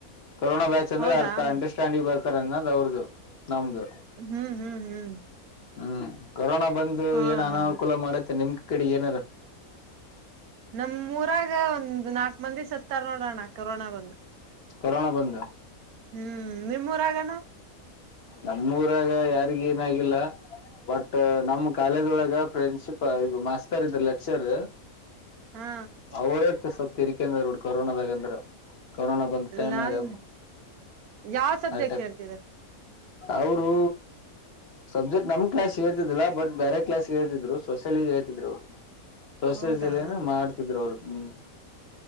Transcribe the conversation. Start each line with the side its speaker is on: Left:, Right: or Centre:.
Left: ಕೊರೋನಾ ಬ್ಯಾಚ್ ಅಂದ್ರೆ
Right: ಹೌದಾ
Left: ಅರ್ಥ
Right: ಅಣ್ಣ
Left: ಅಂಡರ್ಸ್ಟ್ಯಾಂಡಿಂಗ್ ಬರ್ತಾರ ಅನ್ನದದು ಅವ್ರದು ನಮ್ದು
Right: ಹ್ಮ್ ಹ್ಮ್ ಹ್ಮ್
Left: ಹ್ಮ್ ಕೊರೋನಾ ಬಂದು
Right: ಹಾ
Left: ಏನ್ ಅನುಕೂಲ
Right: ಹಾ
Left: ಮಾಡತ್ತೆ ನಿಮ್ ಕಡೆ ಏನಾರ
Right: ನಮ್ಮೂರಾಗ ಒಂದು್ ನಾಲ್ಕ್ ಮಂದಿ ಸತ್ ತ್ತರ್ ನೋಡೋಣ ಕೊರೋನಾ ಬಂದು್
Left: ಕೊೋಣ ಬಂದ
Right: ಹ್ಮ್ ನಿಮ್ಮೂರ ಆಗಣ
Left: ನಮ್ಮೂರಾಗ ಯಾರಿಗ ಏನಾಗಿಲ್ಲ ಬಟ್ ನಮ್ ಕಾಲೇಜ್ ಒಳಗ ಫ್ರೆಂಡ್ಶಿಪ್ ಇದು ಮಾಸ್ತರ್ ಇದ್ರ ಲೆಕ್ಚರ್
Right: ಹಾ
Left: ಅವರೇ ಸ್ವಲ್ಪ ತಿರಿಕಂದ್ರ ಕೊರೋನದಾಗ ಅಂದ್ರೆ ಕೊರೋನಾ ಬಂದು ಟೈಮ
Right: ನಾನ್
Left: ಹಗ
Right: ಯಾವ್ ಸಬ್ಜೆಕ್ಟ್
Left: ಆ
Right: ಹೇಳ್ತಿದ್ರ
Left: ಅವರು ಸಬ್ಜೆಕ್ಟ್ ನಮ್ ಕ್ಲಾಸ್ ಹೇಳ್ತಿದ್ಿಲ್ಲ ಬಟ್ ಬೇರೆ ಕ್ಲಾಸ್ ಹೇಳ್ಿದ್ರು ಸೋಷಿಯಲಿ ಹೇಳ್ಿದ್ ಅವ್ರು ಹೊಸದಲ್ಲಿನ
Right: ಹೌದಾ
Left: ಮಾಡ್ತಿದ್ರು ಅವರು ಹ್ಮ್